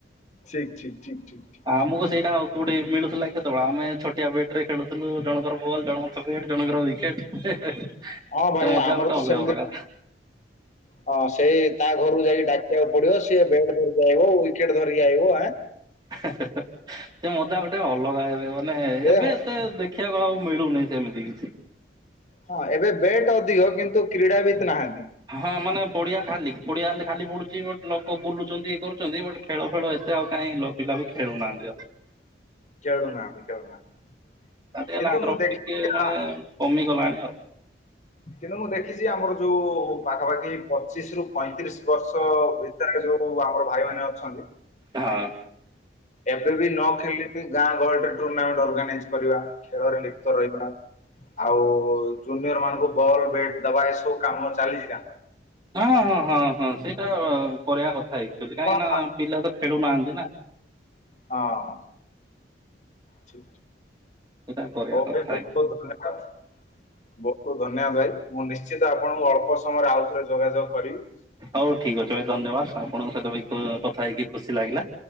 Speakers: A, on the left; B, on the right.
A: ଠିକ ଠିକ ଠିକ ଠ ଠ
B: ଆମକୁ ସେଇଟା ଆଉ କୋଉଠି ମିଳଥିଲା କେତେବେଳେ ଆମେ ଛୋଆ ବେଟ ରେ ଖେଳୁ ଥିଲ ଜଣଙ୍କର ବଲ ଜଣଙ୍କର ବଟ ଜଣଙ୍କର ିକେଟ
A: ହଁ ଭାଇ
B: ତ ମଦା
A: ଆମର
B: ଗୋଟେ
A: ତ
B: ଅଲଗ
A: ସେମିତି
B: ପ୍ରକାର
A: ହଁ ସେଇ ତା ଘରକୁ ଯାଇକି ଡାକିବାକୁ ପଡିବ ସିଏ ବେଟ୍ ଧରିକି ଆଇିବ ୱିକେଟ ଧରିକି ଆଇିବଁ
B: ସେ ମଜା ଗୋଟେ ଅଲଗା ଏବେ ମାନେ
A: ଦେ
B: ଏବେ ସେ ଦେଖିବାକୁ ଆଉ ମିଳୁନି ସେମିତି କିଛି
A: ହଁ ଏବେ ବେଟ ଅଧିକ କିନ୍ତୁ କ୍ରୀଡ଼ାାବିତ ନାହାନ୍ତି
B: ହଁ ମାନେ ପଡିଆ ଖାଲି ପଡିଆ ଖଲେ ଖାଲି ପଡୁଛି ବ ଲୋକ ବୁଲୁଛନ୍ତି କର ବଟ ଖେଳ ଫେଳ ଏତେ ଆଉ କାହିଁ ଲୋକ ପିଲା ବି ଖେଳୁନାହାନ୍ତି ଆଉ
A: ଖେଳୁନାହାନ୍ତି ଖେଳୁନାହାନ୍ତି
B: ତା ଟ
A: କିନ୍ତୁ
B: ଲାଗ୍ର
A: ମୁଁ ଦେଖିଛି
B: ଟିକେ ମାନେ
A: ଆ
B: କମିଗଲାଣି ଆଉ
A: କିନ୍ତୁ ମୁଁ ଦେଖିଛି ଆମର ଯୋଉ ପାଖାପାଖି ପଚିଶ ରୁ ପଇଁତିରିଶ ବର୍ଷ ଭିତରେ ଯୋଉ ଆମର ଭାଇମାନୋନ ଅଛନ୍ତି
B: ହଁ
A: ଏବେ ବି ନ ଖେଲେ ଗାଁ ଗଳରେ ଟୁର୍ଣ୍ଣାମେଣ୍ଟ ଅର୍ଗାନାଇଜ କରିବା ଖେଳରେ ଲିପ୍ତ ରହିବା ଆଉ ଜୁନିୟର ମାନଙ୍କୁ ବଲ ବେଟ ଦବା ଏସବୁ କାମ ଚାଲିଛି କ
B: ହଁ ହଁ ହଁ ହଁ ସେଇଟା କରିବା କଥାଚୁଆଲି କାହିଁକି
A: ହଉ
B: ନା ପିଲା ତ ଖେଳୁନାହାନ୍ତି ନା
A: ହଁ କେ
B: ସେଇଟା କରିବା
A: ବହୁତ
B: କଥା
A: ବହୁତ ଧନ୍ୟବାଦ ବହୁତ ବହୁତ ଧନ୍ୟବାଦ ଭାଇ ମୁଁ ନିଶ୍ଚିତ ଆପଣଙ୍କୁ ଅଳ୍ପ ସମୟରେ ଆଉ ଥରେ ଯୋଗାଯୋଗ କରିବି
B: ହଉ ଠିକ ଅଛି ଭ ଧନ୍ୟବାଦ ଆପଣଙ୍କ ସହିତ କଥା ହେଇକି ଖୁସି ଲାଗିଲା